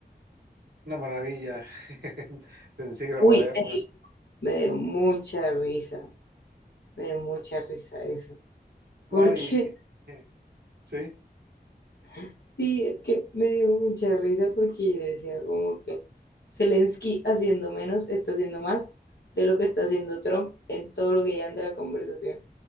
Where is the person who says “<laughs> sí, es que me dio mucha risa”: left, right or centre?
Left